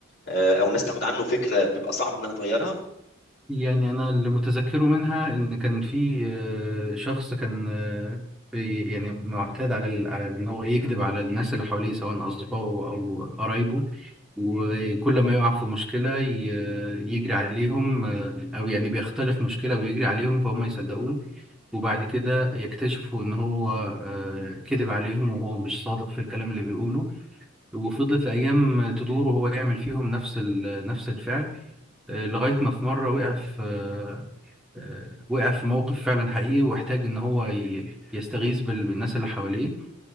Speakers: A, on the left; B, in the centre.
A: آه، او الناس تاخد عنه فكرة بيبقى صعب انها تغيرها
B: يعني انا اللي متذكره منها ان كان في آه، شخص كان آه، في يعني معتاد على ال- على ان هو يكذب على الناس اللي حواليه سواء اصدقائه او قرايبه وكل ما يقع في مشكلة ي- يجري عليهم آه، او يعني بيختلف مشكلة ويجري عليهم فهم يصدقوه وبعد كده يكتشفوا ان هو آه، كذب عليهم وهو مش صادق في الكلام اللي بيقوله وفضلت الايام تدور وهو يعمل فيهم نفس ال- نفس الفعل آه، لغاية ما في مرة وقع في آه، آه، وقع في موقف فعلا حقيقي واحتاج إن هو ي- يستغيث بال- بالناس اللي حواليه